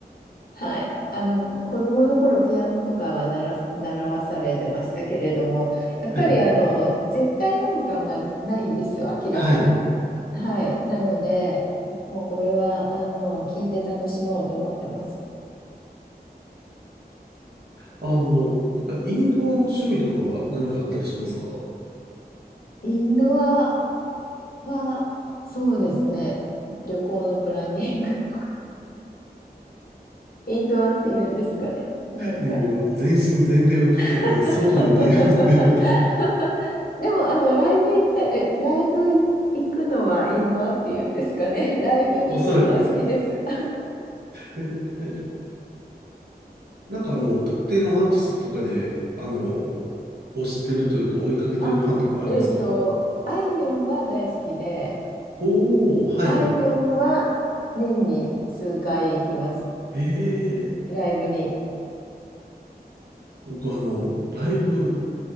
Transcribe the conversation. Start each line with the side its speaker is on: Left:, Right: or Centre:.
Left: はい。あの、こ子供の頃ピアノとかは習わさ、習わされてましたけれども、やっぱりあの、
Right: はい。
Left: 絶対音感がないんですよ、明らかに。
Right: はい。
Left: はい。なので、もうこれは、あの、聞いて楽しもうと思ってます。
Right: あの、なんかインドアの趣味とかは何かあったりしますか
Left: インドアは、そうですね。旅行のプランニングとか、インドアって言うんですかね。なんか
Right: もう全身全霊をかけて外に出ようっていう
Left: <laughs> <laughs> でも、あの、ライブ行った、え、ライブい行くのはインドアっていうんですかね。<laughs> ライブに行くのは好きです。
Right: <laughs> お、おそらく。え、え、なんかあの、特定のアーティストとかで、あの、推してるというか追いかけてるファンとかありますか
Left: <laughs> あ、えっと、あいみょんは大好きで、
Right: おー、はい。
Left: あいみょんは年に数回行きます。
Right: へえ。
Left: ライブに。
Right: 僕あの、ライブ、